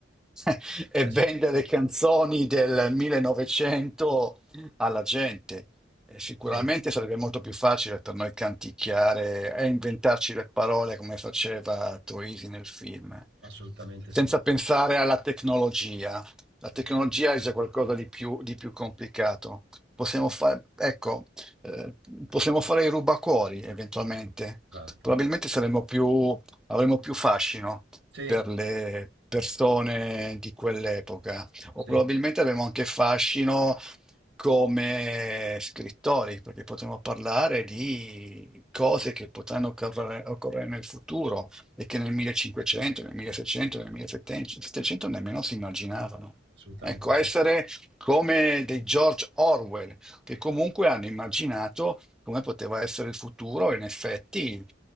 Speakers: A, in the centre; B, on the right.
A: <laughs> E
B: Eh sì,
A: vendere canzoni del 1900 alla gente. E sicuramente
B: sì,
A: sarebbe molto più facile per noi canticchiare e inventarci le parole come faceva Troisi nel film,
B: assolutamente
A: senza
B: sì.
A: pensare alla tecnologia. La tecnologia
B: Eh sì,
A: è già qualcosa di più, di più complicato. Possiamo fare, ecco, eh, possiamo fare i rubacuori eventualmente.
B: esatto.
A: Probabilmente saremo più, avremo più fascino
B: Sì,
A: per le persone di quell'epoca, o
B: Sì,
A: probabilmente avremo anche fascino come scrittori, perché potremmo parlare di cose che potranno occorre- occorrere nel futuro e che nel 1500, nel 1600, nel 1700 nemmeno si immaginavano.
B: assolutamente
A: Ecco,
B: sì,
A: essere come dei George Orwell, che comunque hanno immaginato come poteva essere il futuro e in effetti